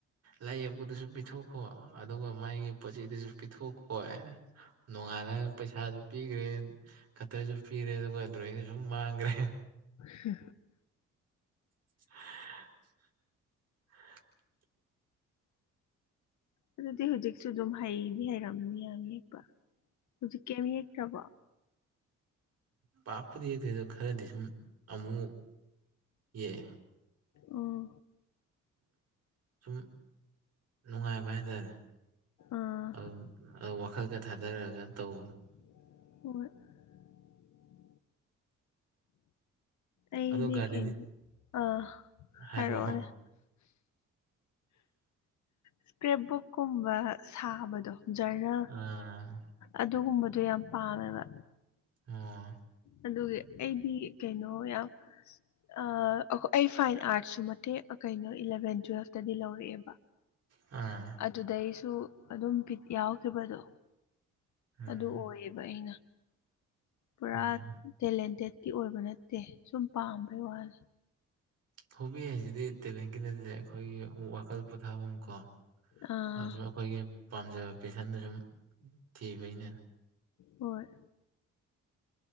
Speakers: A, on the right (about 55°); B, on the left (about 70°).
A: ꯂꯥꯏ ꯌꯦꯛꯄꯗꯨꯁꯨ ꯄꯤꯊꯣꯛꯈꯣ ꯑꯗꯨꯒ ꯃꯥꯒꯤ ꯄꯣꯠ ꯆꯩꯗꯨꯁꯨ ꯄꯤꯊꯣꯛꯈꯣ ꯅꯣꯡꯉꯥꯜꯂ ꯄꯩꯁꯥꯁꯨ ꯄꯤꯈ꯭ꯔꯦ ꯈꯛꯇꯔꯁꯨ ꯄꯤꯔꯦ ꯑꯗꯨꯒ ꯗ꯭ꯔꯣꯋꯤꯡꯗꯨ ꯁꯨꯝ ꯃꯥꯡꯈ꯭ꯔꯦ
B: ꯍ
A: <inaudible>
B: ꯑꯗꯨꯗꯤ ꯍꯧꯖꯤꯛꯁꯨ ꯑꯗꯨꯝ ꯍꯩꯗꯤ ꯍꯩꯔꯝꯅꯤ ꯌꯥꯝ ꯌꯦꯛꯄ ꯍꯧꯖꯤꯛ ꯀꯝ ꯌꯦꯛꯇ꯭ꯔꯕꯣ
A: ꯄꯥꯛꯄꯨꯗꯤ ꯌꯦꯛꯇꯦ ꯑꯗ ꯈꯔꯗꯤ ꯁꯨꯝ ꯑꯃꯨꯛ ꯌꯦꯛꯑꯦ
B: ꯑꯣ
A: ꯁꯨꯝ ꯅꯨꯡꯉꯥꯏꯕ ꯍꯥꯏꯇꯥꯔꯦ
B: ꯑꯥ
A: ꯑꯗꯨ ꯑꯗꯨ ꯋꯥꯈꯜꯒ ꯊꯥꯗꯔꯛꯑꯒ ꯇꯧ
B: <inaudible> <unintelligible> ꯑꯩꯗꯤ
A: ꯑꯗꯣ ꯒꯥꯔꯗꯦꯅꯤꯡ
B: ꯀꯩ ꯑꯥ
A: ꯍꯥꯏꯔꯛꯑꯣ
B: ꯍꯥꯏꯔꯛꯑꯣꯅꯦꯦ ꯁꯄ꯭ꯔꯦꯞꯕꯨꯛ ꯀꯨꯝꯕ ꯁꯥꯕꯗꯣ ꯖꯔꯅꯦꯜ
A: ꯑꯥ
B: ꯑꯗꯨꯒꯨꯝꯕꯗꯣ ꯌꯥꯝ ꯄꯥꯝꯃꯦꯕ
A: ꯑꯣ
B: ꯑꯗꯨꯒꯤ ꯑꯩꯗꯤ ꯀꯩꯅꯣ ꯌꯥꯝ ꯑꯥ ꯑꯩꯈꯣꯏ ꯐꯥꯏꯟ ꯑꯥꯔꯠꯁꯨ ꯃꯇꯦꯛ ꯀꯩꯅꯣ ꯏꯂꯚꯦꯟ ꯇꯨꯋꯦꯜꯐꯇꯗꯤ ꯂꯧꯔꯛꯑꯦꯕ
A: ꯑ
B: ꯑꯗꯨꯗꯦꯏ ꯑꯩꯁꯨ ꯑꯗꯨꯝ ꯕꯤꯠ ꯌꯥꯎꯈꯤꯕꯗꯣ
A: ꯎꯝ
B: ꯑꯗꯨ ꯑꯣꯏꯌꯦꯕ ꯑꯩꯅ ꯄꯨꯔꯥ
A: ꯎꯝ
B: ꯇꯦꯂꯦꯟꯇꯦꯠꯀꯤꯤ ꯑꯣꯏꯕ ꯅꯠꯇꯦ ꯁꯨꯝ ꯄꯥꯝꯕꯩ ꯋꯥꯅꯤ
A: ꯍꯣꯕꯤ ꯍꯥꯏꯁꯤꯗꯤ ꯇꯦꯂꯦꯟꯀꯤ ꯅꯠꯇꯦ ꯑꯩꯈꯣꯏꯒꯤ ꯋꯥꯈꯜ ꯄꯣꯊꯥꯐꯝ ꯀꯣ
B: ꯑꯥ
A: ꯑꯗꯨꯁꯨ ꯑꯩꯈꯣꯏꯒꯤ ꯄꯥꯝꯖꯕ ꯄꯦꯁꯟꯗ ꯁꯨꯝ ꯊꯤꯕꯩꯅꯦꯅ
B: ꯍꯣꯌ